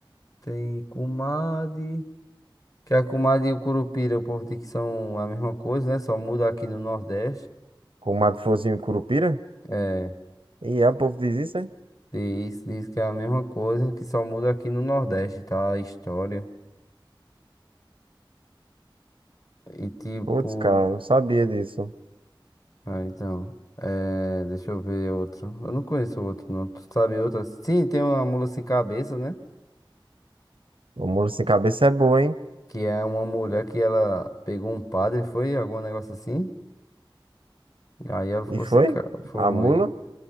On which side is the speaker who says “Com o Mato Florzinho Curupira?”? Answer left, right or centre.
Right